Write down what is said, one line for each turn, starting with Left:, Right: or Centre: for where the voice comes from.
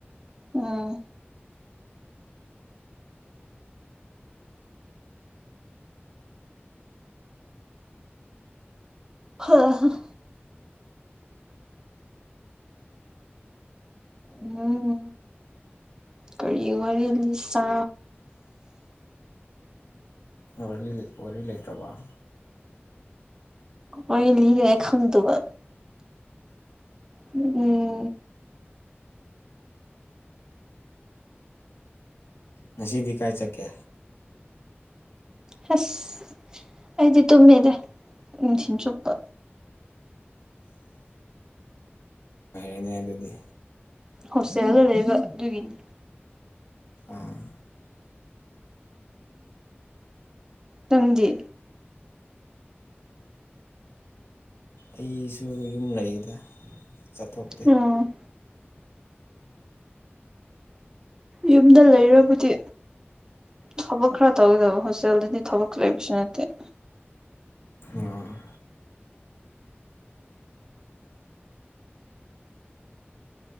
Right: ꯑꫭ.... ꯍꯥ ꯍꯝ ꯎꯝꯝ ꯀꯔꯤ ꯋꯥꯔꯤ ꯂꯤꯁꯥ
Left: ꯋꯥꯔꯤ ꯂꯩ ꯋꯥꯔꯤ ꯂꯩꯇ꯭ꯔꯕꫭ꯫
Right: ꯋꯥꯔꯤ ꯔꯤꯅꯤꯉꯥꯏ ꯈꯪꯗꯕꯥ ꯎꯝ ꯎꯝꯝ
Left: ꯉꯁꯤꯗꯤ ꯀꯥꯏꯗ ꯆꯠꯀꯦ?
Right: ꯍꯠꯁ ꯑꯩꯗꯤ ꯇꯨꯝꯃꯦꯗꯥ ꯅꯨꯡꯊꯤꯟ ꯆꯨꯞꯄ
Left: ꯐꯩꯅ° ꯑꯗꯨꯗꯤ
Right: ꯍꯣꯁꯇꯦꯜꯗꯥ ꯂꯩꯕ ꯑꯗꯨꯒꯤꯅꯤ
Left: ꯑꯥꯑ
Right: ꯇꯪꯗꯤ
Left: ꯑꯩꯁꯨ ꯌꯨꯝ ꯂꯩꯌꯗꯥ ꯆꯠꯊꯣꯛꯇꯦ꯫
Right: ꯎꯝ ꯌꯨꯝꯗꯥ ꯂꯩꯔꯕꯨꯗꯤ ꯊꯕꯛ ꯈ꯭ꯔꯥ ꯇꯧꯒꯗꯧꯕꯥ ꯍꯣꯁꯇ‌ꯦꯜꯗꯗꯤ ꯊꯕꯛ ꯁꯨ ꯂꯩꯕꯥ ꯅꯠꯇꯦ
Left: ꯑꯝ